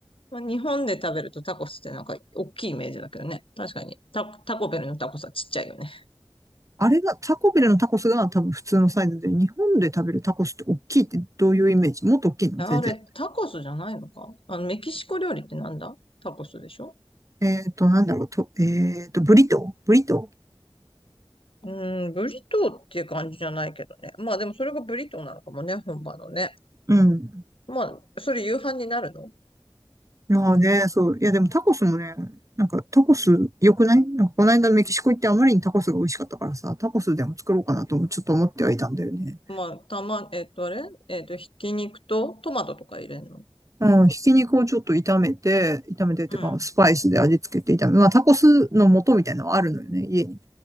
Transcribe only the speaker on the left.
まあ、日本で食べるとタコスってなんか大きいイメージだけどね。確かに。タ、タコベルのタコスはちっちゃいよね。
あれ、タコスじゃないのかあの、メキシコ料理ってなんだタコスでしょ
うん、ブリトーっていう感じじゃないけどね。まあでもそれがブリトーなのかもね、本場のね。
まあ、それ夕飯になるの
まあ、たま、えっと、あれえっと、ひき肉とトマトとか入れるの
うん、